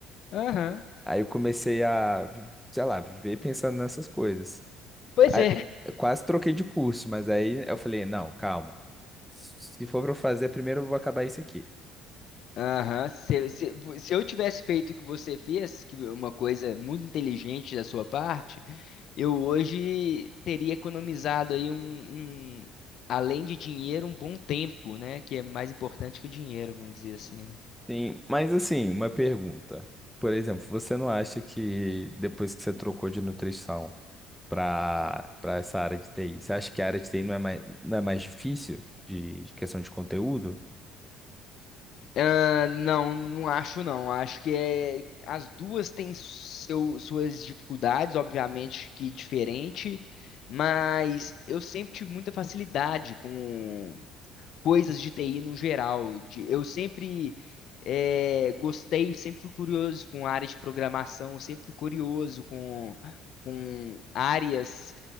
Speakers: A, on the left; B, in the centre.
A: aham.
B: Aí eu comecei a, sei lá, viver pensando nessas coisas.
A: Pois
B: Aí,
A: é.
B: eu quase troquei de curso, mas aí eu falei, não, calma. Se for para eu fazer, primeiro eu vou acabar isso aqui.
A: Aham. Se, se, se eu tivesse feito o que você fez, que é uma coisa muito inteligente da sua parte, eu hoje teria economizado aí um, um, além de dinheiro, um bom tempo, né? Que é mais importante que o dinheiro, vamos dizer assim, né?
B: Sim, mas assim, uma pergunta. Por exemplo, você não acha que depois que você trocou de nutrição, para para essa área de TI? Você acha que a área de TI não é mais, não é mais difícil de de questão de conteúdo?
A: Ah, não, não acho não. Acho que é, as duas têm seu- suas dificuldades, obviamente que diferente, mas eu sempre tive muita facilidade com coisas de TI no geral. De- eu sempre eh, gostei, sempre fui curioso com áreas de programação, sempre fui curioso com, com áreas